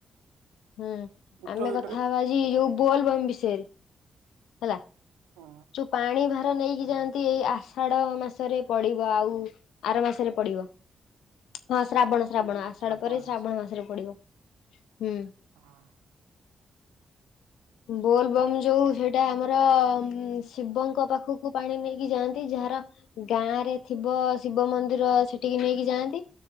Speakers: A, on the left; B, on the right.
A: ହୁଁ
B: ଉଠ
A: ଆମେ
B: କେଇଟାରେ
A: କଥା ହେବା ଆଜି ଯୋଉ ବୋଲ ବମ୍ ବିଷୟରେ ହେଲା।
B: ହଁ
A: ଯୋଉ ପାଣି ଭାର ନେଇକି
B: ହଁ
A: ଯାଆନ୍ତି ଏଇ ଆଷାଢ ମାସରେ ପଡିବ ଆଉ ଆର ମାସରେ ପଡିବ। ହଁ ଶ୍ରାବଣ ଶ୍ରାବଣ
B: ହୁଁ
A: ଆଷାଢ ପରେ
B: ମାସ
A: ଶ୍ରାବଣ ମାସରେ ପଡିବ। ହୁଁ
B: ହଁ
A: ବୋଲବମ୍ ଯୋଉ ହେ ଏଟା ଆମର ଶିବଙ୍କ ପାଖକୁ ପାଣି ନେଇକି ଯାଆନ୍ତି ଯାହାର ଗାଁ ରେ ଥିବ ଶିବ ମନ୍ଦିର ସେଠିକି ନେଇକି ଯାଆନ୍ତି।